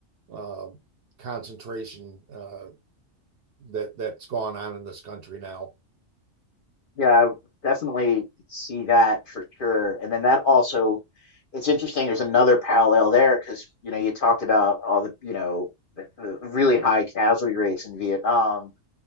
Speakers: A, on the right (about 60°); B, on the left (about 55°).
A: uh, concentration uh, that that's gone on in this country now
B: yeah I definitely see that for sure and then that also it's interesting there's another parallel there because you know you talked about all the you know the, the really high casualty rates in vietnam